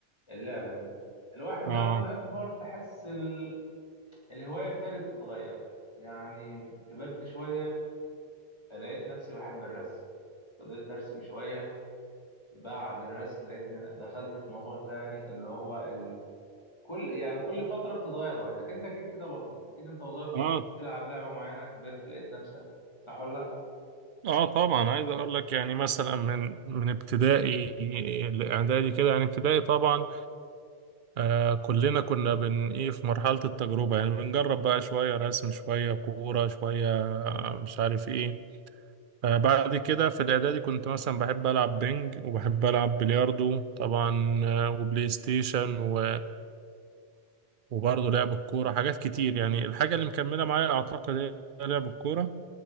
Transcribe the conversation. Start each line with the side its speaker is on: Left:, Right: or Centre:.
Left: اللعبه دي الواحد بقى
Right: اه
Left: لما يكبر تحس ال... الهوايه ابتدت تتغير يعني كبرت شويه لقيت نفسي بحب الرسم فضلت ارسم شويه بعد الرسم لقيتني دخلت في موضوع تاني اللي هو كل يعني كل فترة بتتغير هوايتك انت اكيد كده برضه اكيد انت وصغير كنت
Right: اه
Left: بتلعب لعبة معينة كبرت لقيت نفسك صح ولا لا
Right: اه طبعا عايز اقول لك يعني مثلا من من ابتدائي لاعدادي كده يعني ابتدائي طبعا آه كلنا كنا بن ايه في مرحلة التجربة يعني بنجرب بقى شوية رسم شوية كورة شوية آه، مش عارف ايه آه بعد كده في الإعدادي كنت مثلا بحب ألعب بينج وبحب ألعب بلياردو طبعا آه، وبلاي ستيشن و... وبرضه لعب الكورة حاجات كتير يعني الحاجة اللي مكملة معايا أعتقد هي لعب الكورة